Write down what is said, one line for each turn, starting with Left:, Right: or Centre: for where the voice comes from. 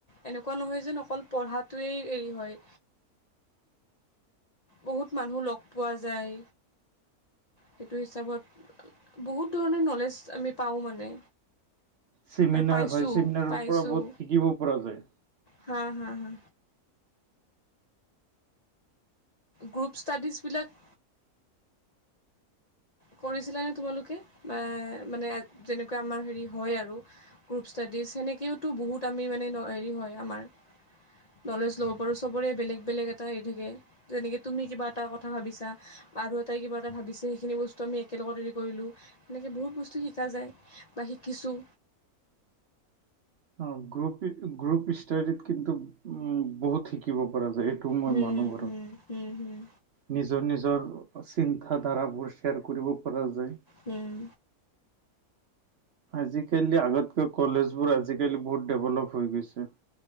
Left: এনেকুৱা নহয় যেন অকল পঢ়াটোৱেই হেৰি হয়। বহুত মানুহ লগ পোৱা যায়। সেইটো হিচাপত বহুত ধৰণৰ নলেজ আমি পাওঁ মানে।
Right: চেমিনাৰ
Left: আৰু পাইছোঁ
Right: হয় চেমিনাৰৰ
Left: পাইছোঁ
Right: পৰা বহুত শিকিব পৰা যায়।
Left: হা, হা, হা। গ্ৰুপ, ষ্টাডিজবিলাক কৰিছিলানে তোমালোকে বা মানে যেনেকুৱা আমাৰ হেৰি হয় আৰু গ্ৰুপ ষ্টাডিজ সেনেকেওতো বহুত আমি মানে হেৰি হয় আমাৰ। নলেজ ল'ব পাৰোঁ চবৰে বেলেগ বেলেগ এটা হেৰি থাকে। যেনেকে তুমি কিবা এটা কথা ভাবিছা আৰু এটাই কিবা এটা ভাবিছে সেইখিনি বস্তু তো আমি একেলগত হেৰি কৰিলো এনেকে বহুত বস্তু শিকা যায় বা শিকিছোঁ।
Right: অ গ্ৰ গ্ৰুপ ড কিন্তু উ বহুত শিকিব পৰা যায়। মই
Left: হম
Right: মানো বাৰু
Left: হুম হুম হুম,
Right: নিজৰ নিজৰ চিন্তাধাৰাবোৰ শ্বেয়াৰ কৰিব পৰা যায়।
Left: হ'ম।
Right: আজিকালি আগতকৈ কলেজ বোৰ আজিকালি বহুত ডেভলপ হৈ গৈছে।